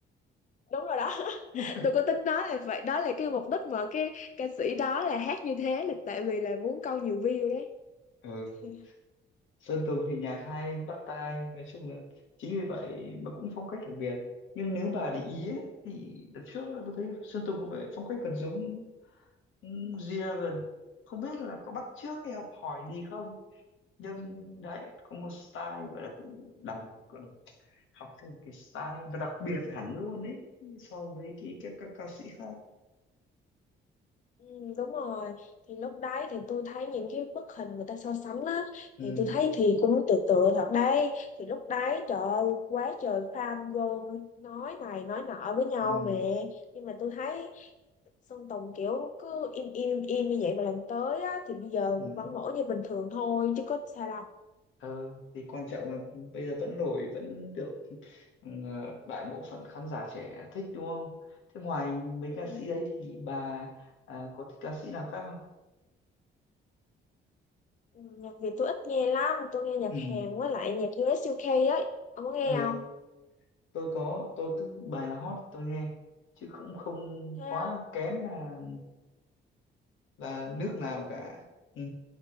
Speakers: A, on the left; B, on the left.
A: đúng rồi đó <laughs>
B: <laughs>
A: tôi có tính nói là vậy đó là cái mục đích mà cái ca sĩ đó là hát như thế là tại vì là muốn câu nhiều view đấy
B: ừ.
A: <laughs>
B: Sơn Tùng thì nhạc hay, bắt tai Nói chung là chính vì vậy mà cũng phong cách đặc biệt Nhưng nếu bà để ý ấy, Thì đợt trước tôi thấy Sơn Tùng có vẻ phong cách gần giống ừ, G-Dragon Không biết là có bắt chước hay học hỏi gì không Nhưng đấy, có một style gọi là cũng đẳng học theo một cái style và đặc biệt hẳn luôn ấy so với cái các các ca sĩ khác
A: Ừ, đúng rồi thì lúc đấy thì tôi thấy những cái bức hình người ta so sánh á
B: ừ
A: thì tôi thấy thì cũng tự tự thật đấy thì lúc đấy trời ơi, quá trời fan vô nói này nói nọ với nhau
B: ừ
A: mẹ nhưng mà tôi thấy Sơn Tùng kiểu cứ im im im im như vậy mà lần tới á thì bây giờ
B: ừ
A: vẫn nổi như bình thường thôi chứ có sao đâu
B: ờ thì quan trọng là bây giờ vẫn nổi vẫn được ừ, đại bộ phận khán giả trẻ thích đúng không thế ngoài mấy
A: Ừ.
B: ca sĩ đấy thì bà à, có thích ca sĩ nào khác không
A: Ừ, Nhạc Việt tôi ít nghe lắm, tôi nghe nhạc
B: ừ
A: Hàn với lại nhạc U.S. u UK ấy. Ông có nghe
B: ừ
A: không?
B: tôi có tôi cứ bài là hot tôi nghe chứ cũng không
A: Thế
B: quá
A: á?
B: kén là là nước nào cả Ừ.